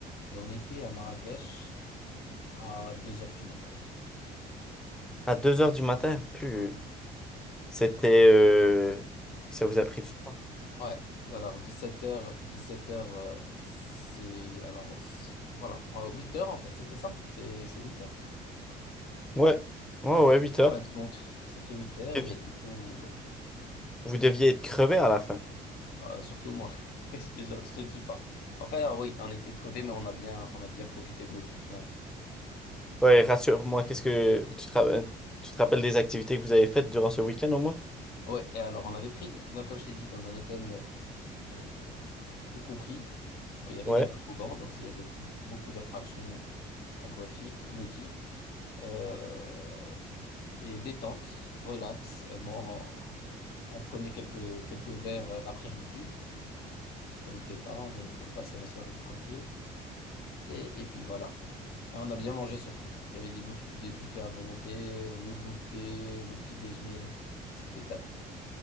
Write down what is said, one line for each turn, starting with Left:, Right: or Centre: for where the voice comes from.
Left: et on était à Marrakech à 2 heures du matin.
Centre: À 2 heures du matin. Plus.
Left: Ouais.
Centre: C'était. euh, Ça vous a pris du temps.
Left: Ouais, alors 17h, 17h, c'est... Alors, si- voilà, huit heures en fait, c'était ça, c'est c'est huit heures.
Centre: Ouais. Ouais, ouais, 8
Left: En
Centre: heures.
Left: fin de compte, ça fait huit heures
Centre: Devi-
Left: et du coup, euh,
Centre: Vous deviez être crevé à la fin.
Left: euh, surtout moi, <laughs> je te, jure- je te dis pas. Enfin, oui, on était crevés, mais on a bien, on a bien profité de notre week-end.
Centre: Ouais, rassure-moi, qu'est-ce que. Tu te... ra- tu te rappelles des activités que vous avez faites durant ce week-end au moins?
Left: Ouais, et alors on avait pris, donc, comme je t'ai dit, dans un hôtel euh, tout compris. Bon, il y avait
Centre: Ouais.
Left: des toboggans, donc c'est- il y avait beaucoup d'attractions aquatiques, nautiques. Euh, et détente, relax. euh, mon- euh, on prenait quelques, quelques verres euh, l'après-midi pour se détendre et pour passer la soirée tranquille. Et, et puis voilà. Et on a bien mangé surtout. Il y avait des buffets, des buffets à volonté, euh, le goûter, le petit déjeuner. C'était top.